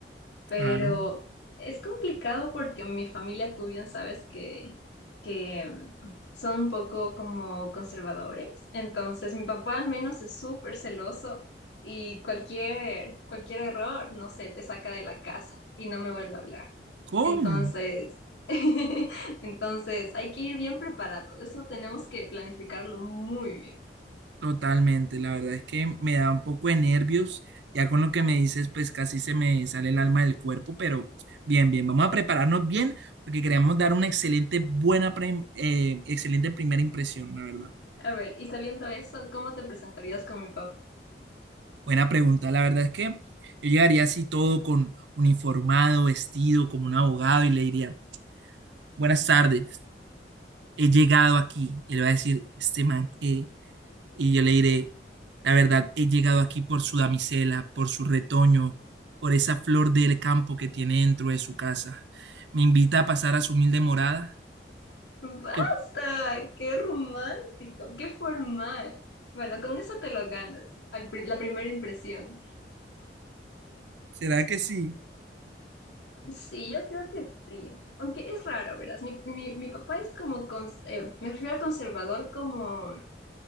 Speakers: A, on the left; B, on the right.
A: Pero
B: Claro.
A: es complicado porque mi familia, tú bien sabes que, que mm, son un poco como conservadores. Entonces, mi papá al menos es súper celoso y cualquier, cualquier error, no sé, te saca de la casa y no me vuelve a hablar.
B: ¿Cómo?
A: Entonces, <laughs> entonces hay que ir bien preparados. Eso tenemos que planificarlo muy bien.
B: Totalmente, la verdad es que me da un poco de nervios, ya con lo que me dices, pues casi se me sale el alma del cuerpo, pero bien, bien, vamos a prepararnos bien porque queremos dar una excelente, buena, pre- eh, excelente primera impresión, la verdad.
A: A ver, y sabiendo eso, ¿cómo te presentarías con mi papá?
B: Buena pregunta, la verdad es que yo llegaría así todo con uniformado, vestido como un abogado y le diría, buenas tardes, he llegado aquí, y le va a decir, este man, Y yo le diré, la verdad, he llegado aquí por su damisela, por su retoño, por esa flor del campo que tiene dentro de su casa. Me invita a pasar a su humilde morada.
A: Basta,
B: ¿Qué op-
A: qué romántico, qué formal. Bueno, con eso te lo ganas, al pri- la primera impresión.
B: ¿Será que sí?
A: Sí, yo creo que sí. Aunque es raro, verás. Mi, mi, mi papá es como, cons- eh, me refiero a conservador como,